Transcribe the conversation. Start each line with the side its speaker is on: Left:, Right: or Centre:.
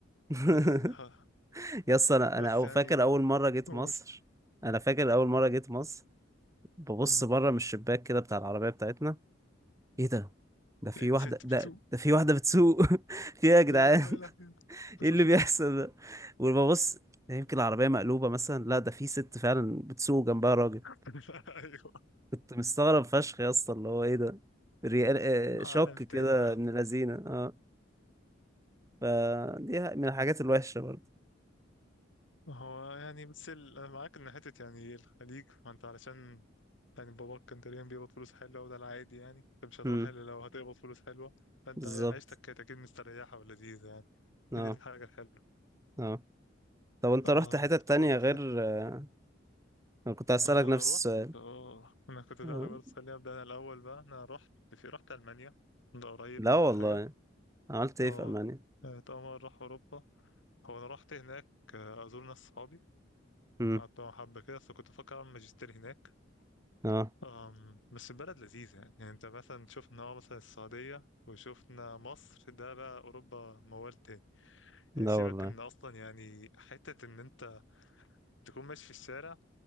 Right: <laughs>
Left: ده مين ده
Right: يا اسطى
Left: <laughs>
Right: انا
Left: بس
Right: انا
Left: يعني
Right: أو- فاكر اول مرة جيت
Left: قول
Right: مصر انا فاكر اول مرة جيت مصر ببص
Left: مم.
Right: بره من الشباك كده بتاع العربية بتاعتنا ايه ده ده في
Left: لقيت
Right: واحدة
Left: ست
Right: ده
Left: بتسوق
Right: ده في واحدة بتسوق <laughs> في ايه يا جدعان
Left: يا لهوي يا لهوي يا
Right: ايه اللي
Left: لهوي.
Right: بيحصل ده وببص يمكن العربية مقلوبة مثلا لا ده في ست فعلا بتسوق جنبها راجل
Left: <laughs> ايوه
Right: كنت مستغرب فشخ يا اسطى اللي هو ايه ده ريال
Left: عالم
Right: آه، شوك كده
Left: تاني بقى
Right: من الذين اه فدي ح- من الحاجات الوحشة برضه
Left: هو يعني بتسل انا معاك ان حتة يعني الخليج ما انت علشان يعني باباك كان تقريبا بيقبض فلوس حلوة وده العادي يعني انت مش هتروح
Right: امم
Left: الا لو هتقبض فلوس حلوة فانت
Right: بالظبط
Left: عيشتك كانت اكيد مستريحة ولذيذة يعني.
Right: اه
Left: <laughs> دي الحاجة الحلوة
Right: اه طب انت
Left: اه
Right: رحت حتة تانية
Left: طب رحت
Right: غير
Left: حتى
Right: آه، انا كنت هسألك
Left: اه
Right: نفس
Left: رحت
Right: السؤال
Left: اه انا كنت فعلا
Right: آه.
Left: برضه خليني ابدا انا الاول بقى انا رحت في رحت المانيا ده قريب
Right: لا
Left: ده اخر
Right: والله
Left: حاجة
Right: عملت ايه
Left: اه
Right: في ألمانيا
Left: اتأمر راح اوروبا هو انا رحت هناك آه، ازور ناس صحابي
Right: امم
Left: قعدت معاهم حبة كده بس كنت بفكر اعمل ماجستير هناك
Right: اه
Left: أم بس البلد لذيذة يعني يعني انت مثلا شفنا اه مثلا السعودية وشفنا مصر ده بقى اوروبا موال تاني
Right: لا
Left: يعني سيبك
Right: والله
Left: ان اصلا يعني حتة ان انت تكون ماشي في الشارع